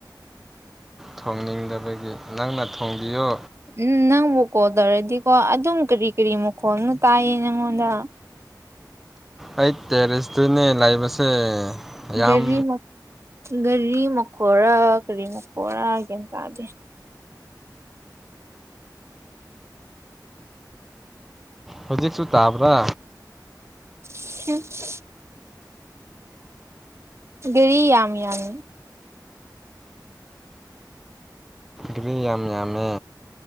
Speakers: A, in the centre; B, on the right.
A: ꯊꯣꯡꯅꯤꯡꯗꯕꯒꯤ ꯅꯪꯅ ꯊꯣꯡꯕꯤꯌꯨ
B: ꯎꯝ ꯅꯪꯕꯨ ꯀꯣꯜ ꯇꯧꯔꯗꯤꯀꯣ ꯑꯗꯨꯝ ꯀꯔꯤ ꯀꯔꯤ ꯃꯈꯣꯜꯅ ꯇꯥꯏꯌꯦ ꯅꯪꯉꯣꯟꯗ
A: ꯑꯩ ꯇꯦꯔꯦꯁꯇꯅꯦ ꯂꯩꯕꯁꯦ ꯌꯥꯝ
B: ꯒꯥꯔꯤ ꯒꯥꯔꯤ ꯃꯈꯣꯔꯥ ꯀꯔꯤ ꯃꯈꯣꯔꯥ ꯒꯤꯌꯥꯟ ꯇꯥꯗꯦ
A: ꯍꯧꯖꯤꯛꯁꯨ ꯇꯥꯥꯕ꯭ꯔꯥ
B: <unintelligible> ꯒꯥꯔꯤ ꯌꯥꯝ ꯌꯥꯝ
A: ꯒꯥꯔꯤ ꯌꯥꯝ ꯌꯥꯝꯃꯦ